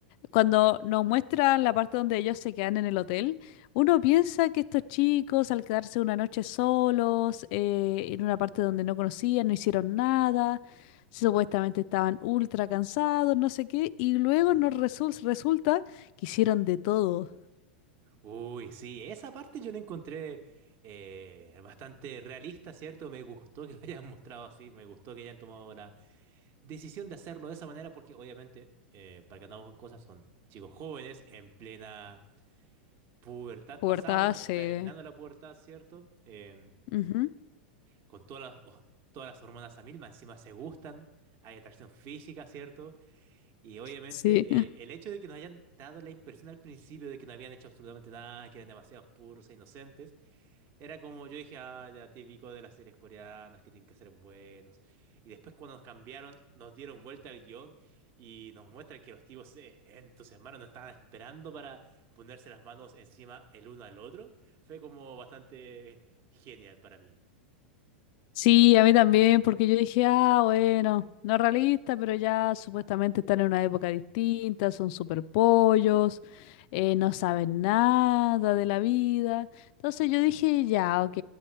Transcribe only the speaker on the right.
Uy, sí, esa parte yo la encontré eh, bastante realista, ¿cierto? Me gustó que la hayan mostrado así, me gustó que hayan tomado la decisión de hacerlo de esa manera, porque obviamente, eh, para que andamos con cosas, son chicos jóvenes en plena pubertad,
pasado,
terminando la pubertad, ¿cierto? Em,
con todas las, todas las hormonas a mil, más encima se gustan, hay atracción física, ¿cierto? Y obviamente
eh, el hecho de que nos hayan dado la impresión al principio de que no habían hecho absolutamente nada, que eran demasiados puros e inocentes, era como yo dije, ah, ya típico de las series coreanas que tienen que ser buenos. Y después cuando nos cambiaron, nos dieron vuelta al guión y nos muestran que los tipos se entusiasmaron, no estaban esperando para ponerse las manos encima el uno al otro. Fue como bastante genial para mí.